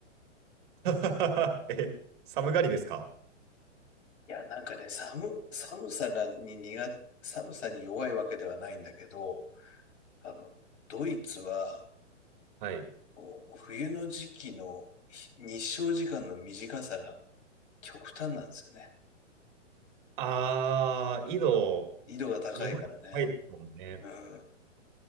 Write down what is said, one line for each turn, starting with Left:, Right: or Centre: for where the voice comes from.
Right: <laughs> え、寒がりですか
Left: いや、なんかね、寒、寒さがに苦、寒さに弱いわけではないんだけど、あの、ドイツは
Right: はい。
Left: こう冬の時期の日日照時間の短さが極端なんですよね。
Right: あー、緯度、
Left: 緯度が高いからね。
Right: 日本より高いですもんね。
Left: うん。